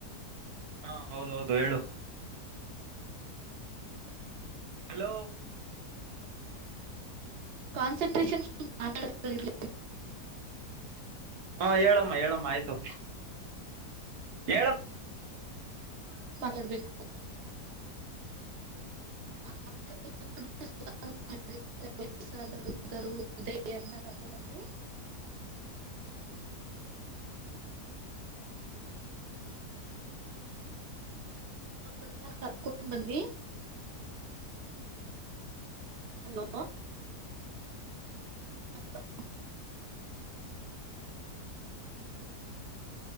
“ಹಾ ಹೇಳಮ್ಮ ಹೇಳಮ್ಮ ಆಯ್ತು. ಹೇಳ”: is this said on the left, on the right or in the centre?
Right